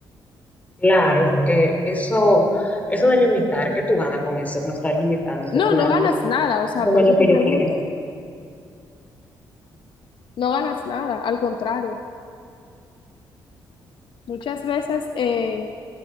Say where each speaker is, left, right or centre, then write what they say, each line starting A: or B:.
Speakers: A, on the left; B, on the left.
A: Claro, porque eso, eso de limitar, que tú ganas con eso, con estar limitándose
B: No,
A: al final,
B: no ganas
A: eso,
B: nada, o sea,
A: eso no
B: por
A: es
B: eso
A: lo
B: te
A: que
B: pregunto.
A: yo quiero.
B: No ganas nada, al contrario. Muchas veces eh,